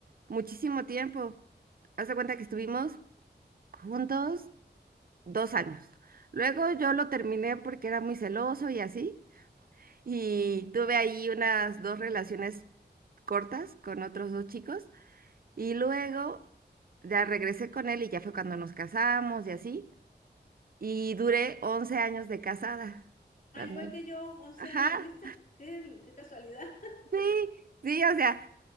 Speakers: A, on the right (about 55°); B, on the left (about 50°).
A: muchísimo tiempo. Haz de cuenta que estuvimos juntos dos años. Luego yo lo terminé porque era muy celoso y así. Y tuve ahí unas dos relaciones cortas con otros dos chicos. Y luego ya regresé con él y ya fue cuando nos casamos y así. Y duré 11 años de casada también.
B: Ah, igual que yo, once
A: Ajá,
B: años, ¿viste? Qué, qué casualidad. <laughs>
A: sí, sí, o sea,